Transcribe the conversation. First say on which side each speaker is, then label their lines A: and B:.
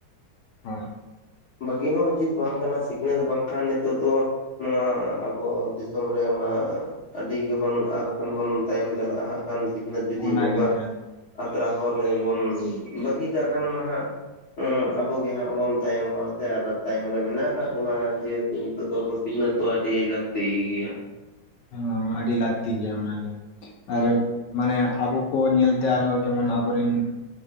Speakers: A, on the left; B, on the left.
A: ᱦᱳᱭ,
B: ᱵᱟᱹᱜᱤ ᱦᱚᱸ ᱩᱪᱤᱛ ᱵᱟᱝ ᱠᱟᱱᱟ, ᱥᱤᱠᱷᱱᱟᱹᱛ ᱵᱟᱝᱠᱷᱟᱱ ᱱᱤᱛᱚᱜ ᱫᱚ ᱱᱚᱣᱟ ᱟᱵᱚ ᱫᱤᱥᱚᱢ ᱨᱮᱢᱟ ᱟᱹᱰᱤ ᱜᱮᱵᱚᱱ ᱟᱨ ᱠᱷᱟᱱ ᱵᱚᱱ ᱛᱟᱭᱚᱢ ᱪᱟᱞᱟᱜ-ᱟ ᱦᱟᱸᱜ ᱠᱷᱟᱱ ᱩᱱᱟᱹᱜ ᱡᱩᱫᱤ
A: ᱚᱱᱟᱜᱮ
B: ᱱᱚᱝᱠᱟ
A: ᱚᱱᱟᱜᱮ
B: ᱟᱛᱨᱟ ᱦᱚᱨ ᱨᱮᱵᱚᱱ ᱵᱟᱹᱜᱤ ᱠᱟᱜ ᱠᱷᱟᱱ ᱢᱟ ᱦᱟᱸᱜ ᱦᱮᱸ ᱟᱵᱚ ᱜᱮ ᱦᱟᱸᱜ ᱵᱚᱱ ᱛᱟᱭᱚᱢᱚᱜ-ᱟ᱾ ᱥᱮ ᱟᱨᱚ ᱛᱟᱭᱚᱢ ᱨᱮ ᱢᱮᱱᱟᱜ ᱟᱠᱟᱫ ᱵᱚᱱᱟ ᱡᱮᱦᱮᱛᱩ ᱱᱤᱛᱚᱜ ᱫᱚ ᱟᱵᱚ ᱥᱤᱠᱷᱱᱟᱹᱛ ᱫᱚ ᱟᱹᱰᱤ ᱞᱟᱹᱠᱛᱤ ᱜᱮᱭᱟ᱾
A: ᱳᱻ ᱟᱹᱰᱤ ᱞᱟᱹᱠᱛᱤ ᱜᱮᱭᱟ ᱚᱱᱟᱜᱮ ᱟᱨ ᱢᱟᱱᱮ ᱟᱵᱚ ᱠᱚ ᱧᱮᱞᱛᱮ ᱟᱨᱦᱚᱸ ᱡᱮᱢᱚᱱ ᱟᱵᱚᱨᱮᱱ